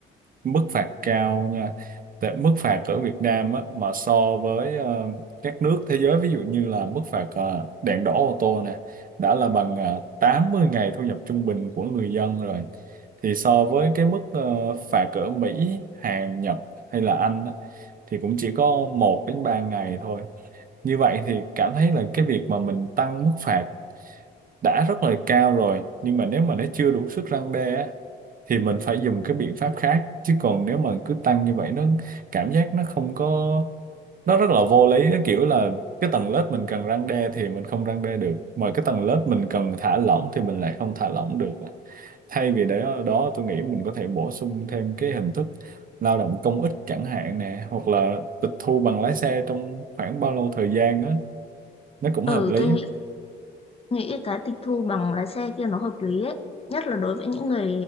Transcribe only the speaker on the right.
mức phạt cao nha tại mức phạt ở Việt Nam á, mà so với ờ, các nước thế giới ví dụ như là mức phạt ờ, đèn đỏ ô tô nè đã là bằng ờ, 80 ngày thu nhập trung bình của người dân rồi thì so với cái mức ờ, phạt ở Mỹ, Hàn, Nhật hay là Anh á, thì cũng chỉ có một đến 3 ngày thôi như vậy thì cảm thấy là cái việc mà mình tăng mức phạt đã rất là cao rồi nhưng mà nếu mà nó chưa đủ sức răn đe á, thì mình phải dùng cái biện pháp khác chứ còn nếu mà cứ tăng như vậy nó cảm giác nó không có nó rất là vô lý nó kiểu là cái tầng lớp mình cần răn đe thì mình không răn đe được mà cái tầng lớp mình cần thả lỏng thì mình lại không thả lỏng được thay vì để ở đó tôi nghĩ mình có thể bổ sung thêm cái hình thức lao động công ích chẳng hạn nè hoặc là tịch thu bằng lái xe trong khoảng bao lâu thời gian đó nó cũng
hợp lý